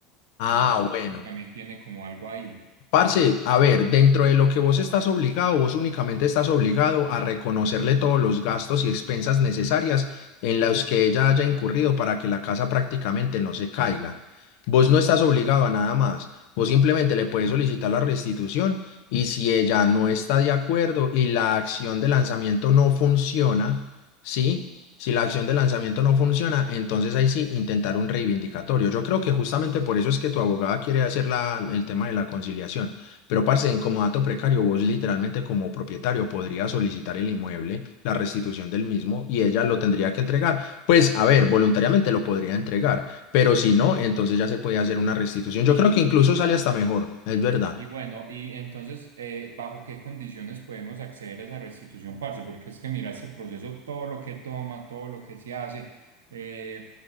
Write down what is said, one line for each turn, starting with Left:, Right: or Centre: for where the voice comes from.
Left: ah,
Right: No sé si
Left: bueno.
Right: también tiene como algo ahí.
Left: Parce, a ver, dentro de lo que vos estás obligado, vos únicamente estás obligado a reconocerle todos los gastos y expensas necesarias en los que ella haya incurrido para que la casa prácticamente no se caiga. Vos no estás obligado a nada más. Vos simplemente le puedes solicitar la restitución y si ella no está de acuerdo y la acción de lanzamiento no funciona, ¿sí? Si la acción de lanzamiento no funciona, entonces ahí sí intentar un reivindicatorio. Yo creo que justamente por eso es que tu abogada quiere hacer la- el tema de la conciliación. Pero, parce, en como dato precario, vos literalmente como propietario podrías solicitar el inmueble, la restitución del mismo, y ella lo tendría que entregar. Pues, a ver, voluntariamente lo podría entregar, pero si no, entonces ya se puede hacer una restitución. Yo
Right: Y,
Left: creo que incluso sale hasta mejor, es verdad.
Right: Y bueno, y entonces, eh, ¿bajo qué condiciones podemos acceder a esa restitución, parce? Porque es que mira este proceso, todo lo que toma, todo lo que se hace, eh,